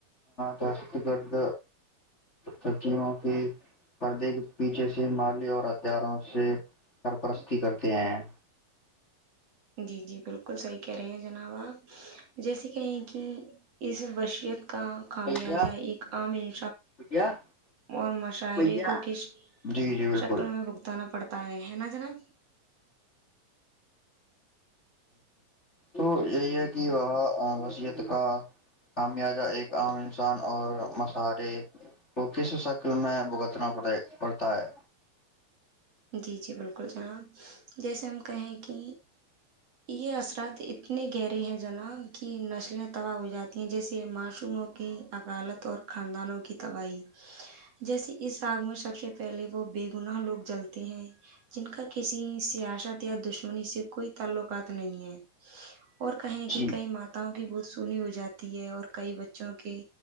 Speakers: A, on the left (about 20°); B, on the right (about 45°).
A: دہشت گرد سبزیوں کے پردے کے پیچھے سے مالی اور ہتھیاروں سے سرپرستی کرتے ہیں
B: جی جی بالکل صحیح کہہ رہے ہیں جناب آپ جیسے کہیں کہ اس وشیت کا خامیازہ
A: بھیا
B: ایک عام ان
A: بھیا
B: اور مشااہرے
A: بھیا
B: کو کس
A: جی جی بالکل
B: شکل میں بگتان پڑتا ہے ہے نا جناب
A: تو یہی ہے کہ وہاں وصیت کا خمیازہ ایک عام انسان اور مسارے کو کس شکل میں بگ کتنا پڑ پڑتا ہے
B: جی جی بالکل جناب جیسے ہم کہیں کہ یہ اثرات اتنے گہرے ہیں جناب کی نسلیں تباہ ہو جاتی ہیں جیسے ما سوموں کی عکالت اور خاندانوں کی تباہی جیسے اس آگ میں سب سے پہلے وہ بیےگنا لوگ جلتے ہیں جن کا کسی سیاست یا دشمنی سے کوئی تعلقات نہیں ہے اور کہیں کی
A: جی
B: کئی ماتا بہت سونی ہو جاتی ہے اور کئی بچوں کے